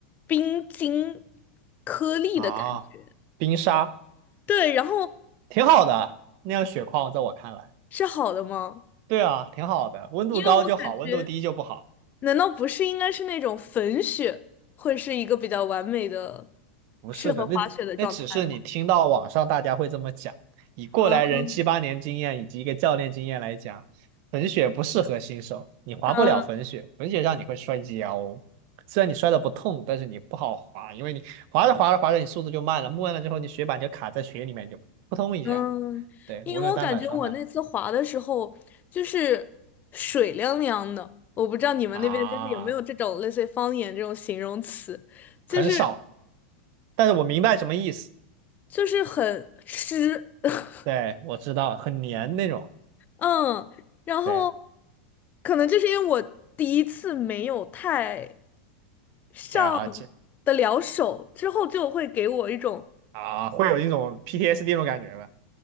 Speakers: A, on the left; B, on the right.
A: 冰晶颗粒的感觉。
B: 啊，冰沙
A: 对，然后
B: 挺好的，那样雪况在我看来，
A: 是好的吗？
B: 对啊，挺好的，温度高就好，
A: 因为我感觉，
B: 温度低就不好。
A: 难道不是应该是那种粉雪会是一个比较完美的
B: 不是的，
A: 适合滑雪的状态吗？
B: 那那只是你听到网上大家会这么讲，以过来人七八年经验以及一个教练经验来讲，
A: 嗯
B: 粉雪不适合新手，你滑不了粉雪，
A: 嗯。
B: 粉雪上你会摔跤哦，虽然你摔的不痛，但是你不好滑，因为你滑着滑着滑着你速度就慢了，慢了之后你雪板就卡在雪里面就扑通一下，
A: 嗯，
B: 对，
A: 因为我感觉我那次滑的时候，
B: 无论单板双板。
A: 就是水凉凉的，我不知道你们那边就是有没有这种类似于方言这种形容词，
B: 啊。
A: 就是
B: 很少，但是我明白什么意思。
A: 就是很湿，<laughs>
B: 对，我知道，很黏那种。
A: 嗯，然后
B: 对，
A: 可能就是因为我第一次没有太上
B: 对解而且
A: 得了手，之后就会给我一种
B: 啊，会有一种 PTSD 那种感觉吧？